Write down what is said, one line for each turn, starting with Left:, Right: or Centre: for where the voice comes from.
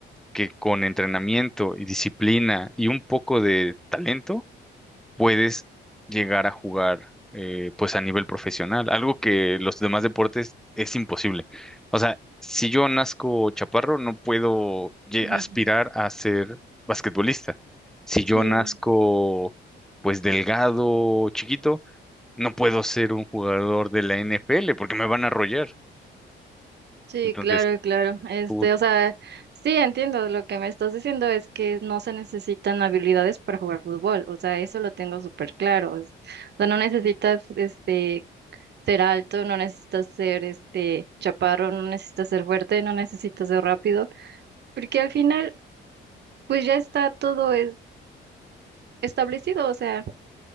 Centre: que con entrenamiento y disciplina y un poco de talento puedes llegar a jugar eh, pues a nivel profesional, algo que los demás deportes es imposible. O sea, si yo nazco chaparro, no puedo lle-
Right: Ujú.
Centre: aspirar a ser basquetbolista. Si
Right: Sí.
Centre: yo nazco pues delgado, chiquito, no puedo ser un jugador de la NFL porque me van a arrollar.
Right: Sí,
Centre: Entonces
Right: claro, claro. Este,
Centre: tú,
Right: o sea, sí, entiendo. Lo que me estás diciendo es que no se necesitan habilidades para jugar fútbol. O sea, eso lo tengo súper claro. es- O sea, no necesitas, este, ser alto, no necesitas ser, este, chaparro, no necesitas ser fuerte, no necesitas ser rápido, porque al final, pues ya está todo es- establecido. O sea,